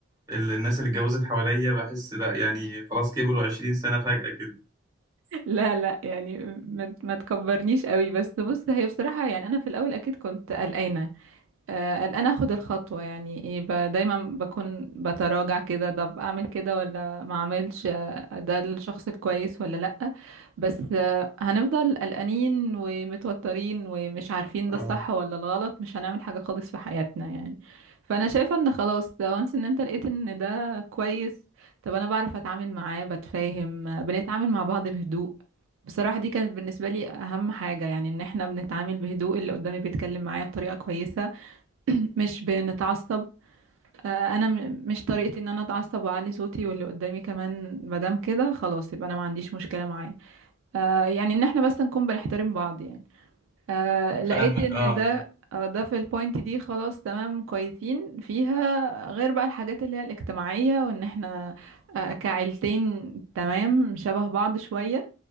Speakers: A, on the right; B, on the right.
A: ال- الناس اللي اتجوزت حواليا بحس لا يعني خلاص كبروا 20 سنه فجاه كده
B: لا لا يعني ما ما تكبرنيش قوي بس بص هي بصراحه يعني انا في الاول اكيد كنت قلقانه آه، قلقانة اخد الخطوة يعني ايه ب- دايما بكون بتراجع كده طب اعمل كده ولا ما اعملش آه، ده الشخص الكويس ولا لأ بس آه، هنفضل قلقانين ومتوترين ومش عارفين
A: اه
B: ده الصح ولا الغلط مش هنعمل حاجة خالص في حياتنا يعني فانا شايفة ان خلاص وانس ان انت لقيت ان ده كويس طب انا بعرف اتعامل معاه بتفاهم آه، بنتعامل مع بعض بهدوء بصراحة دي كانت بالنسبة لي أهم حاجة يعني إن احنا بنتعامل بهدوء اللي قدامي بيتكلم معايا بطريقة كويسة <clears throat> مش بنتعصب آه، انا م- مش طريقتي ان انا اتعصب واعلي صوتي واللي قدامي كمان مادام كده خلاص يبقى انا ما عنديش مشكله معاه آه، يعني ان احنا بس نكون بنحترم بعض يعني آه، لقيت
A: فاهمك
B: ان
A: اه
B: ده
A: اه
B: آه، ده في البوينت دي خلاص تمام كويسين فيها غير بقى الحاجات اللي هي الاجتماعيه وان احنا آه، كعيلتين تمام شبه بعض شويه